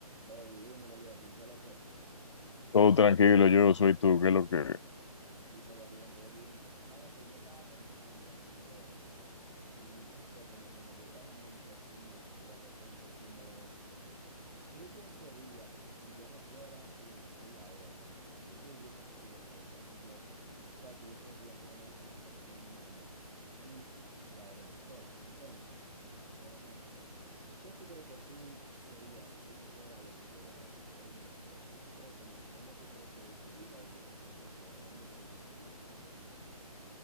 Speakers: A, on the right; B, on the left.
A: Hey, dímelo, Jotin, ¿qué es lo que?
B: Todo tranquilo, yo soy tú, ¿qué es lo que?
A: Aquí todo bien, todo bien. Sabe que yo estaba pensando aquí, bro, y no sé, como que me llegó a la mente así de repente, como ¿Qué yo sería si yo no fuera lo que soy ahora? Como que yo hubiese podido ser. Por ejemplo, tú sabes que yo soy estudiante de medicina que estoy terminando. Tú ya eres doctor. Entonces, por ejemplo, ¿qué tú crees que tú serías si tú no fueras lo que tú eres ahora, que tú eres un doctor? ¿Qué tú crees, cómo, cómo tú crees que tu vida hubiese podido ser? ¿A dónde se hubiese dirigido?